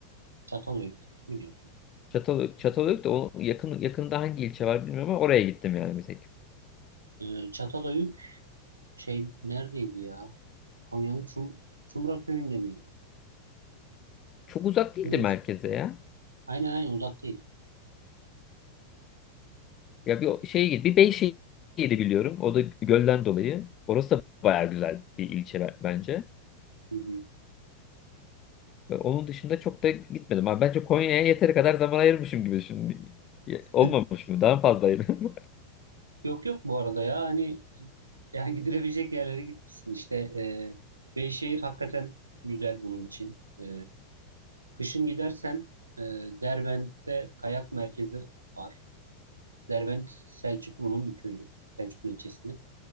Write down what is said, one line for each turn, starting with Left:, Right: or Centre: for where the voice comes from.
Right: Çatalhöyük biliyorsun.
Left: Çatalhöyük. Çatalhöyük de o yakın, yakında hangi ilçe var bilmiyorum ama oraya gittim yani bir tek.
Right: Ee, Çatalhöyük şey neredeydi ya? Konya'nın Çum, Çumra köyünde miydi?
Left: Çok uzak değildi
Right: Öyle
Left: merkeze
Right: bir şey.
Left: ya.
Right: Aynen aynen uzak değil.
Left: Ya bir o- şeye git. Bir Beyşehir'i biliyorum. O da gölden dolayı. Orası da baya güzel bir ilçe be- bence.
Right: Hı hı.
Left: Ve onun dışında çok da gitmedim. Abi bence Konya'ya yeteri kadar zaman ayırmışım gibi şimdi. Olmamış
Right: <laughs>
Left: mı? Daha fazla ayırdım.
Right: Yok yok bu arada ya hani yani gidilebilecek yerlere gitmişsin işte e, Beyşehir hakikaten güzel bunun için. E, kışın gidersen e, Derbent'te kayak merkezi var. Derbent Selçuklu'nun bir köyü, Selçuklu ilçesinin.